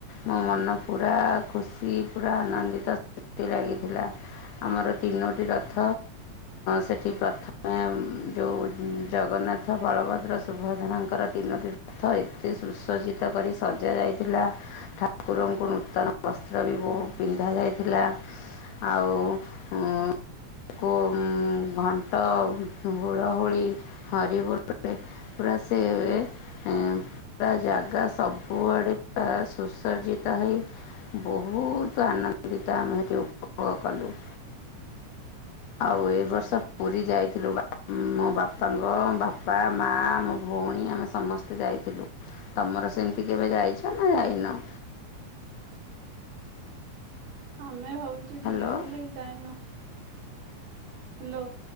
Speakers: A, on the left; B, on the right.
A: ମୋ ମନ ପୁରା ଖୁସି ପୁରା ଆନନ୍ଦିତ ଲାଗିଥିଲା। ଆମର ତିନୋଟି ରଥ ସେ ଏଠି ପ୍ରଥମେ ଯୋଉ ଜଗନ୍ନାଥ ବଳଭଦ୍ର ସୁଭଦ୍ରାଙ୍କର ତିନୋଟି ରଥ ଏତେ ସୁସଜ୍ଜିତ କରି ସଜ ଯାଇଥିଲା ଠାକୁରଙ୍କୁ ନୂତନ ବସ୍ତ୍ର ବି ବହୁତ ପିନ୍ଧାଯାଇଥିଲା। ଆଉ <unintelligible> ଘଣ୍ଟ ହୁଳହୁଳି ହରିବୁଲରେ ପୁରା ସେ ପୁରା ଜାଗା ସବୁଆଡ଼େ ପୁରା ସୁସଜିତ ହେଇ ବହୁତ ଆନନ୍ଦିତ ଆମେ ସେଠି ଉପଭୋଗ କଲୁ। ଆଉ ଏ ବର୍ଷ ପୁରୀ ଯାଇଥିଲୁ ମୋ ବାପାଙ୍କ ବାପା ମା ମୋ ଭଉଣୀ ଆମେ ସମସ୍ତେ ଯାଇଥିଲୁ, ତମର ସେମିତି କେବେ ଯାଇଛ ନା ଯାଇନ?
B: ଆମେ ଭାବଛୁ
A: ହ୍ୟାଲୋ
B: ଯିବୁ ବୋଲି ଯାଇନୁ। ହ୍ୟାଲୋ